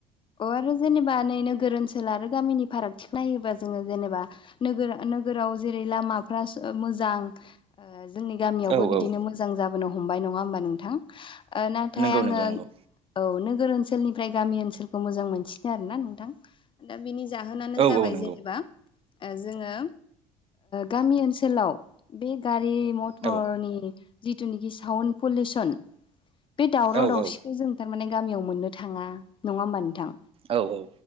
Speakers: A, on the left; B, on the right.
A: अ आरो जेनेबा नै नोगोर ओनसोल आरो गामिनि फारागथिखौ नायोबा जोङो जेनेबा नोगोर नोगोराव जेरै लामाफोरा मोजां। ओ जोंनि गामियावबो
B: औ
A: बिदिनो
B: औ
A: मोजां जाबोनो हमबाय नंङा होमबा नोंथां? ओ नाथाय
B: नंगौ
A: आङो
B: नंगौ नंगौ
A: औ नोगोर ओनसोलनिफ्राय गामि ओनसोल खौ मोजां मोनसिनो आरोना नोंथां दा बिनि जाहोनानो
B: औ
A: जाबाय
B: औ नंगौ
A: जेनेबा ओ जोङो गामि ओनसोलाव बे गारि मथ थर
B: औ
A: नि जिथुनिखि साउन पलिउसन बे दावराव
B: औ
A: दावसिखौ
B: औ
A: जों थारमाने गामियाव मोननो थाङा नङा होमबा नोंथां?
B: औ औ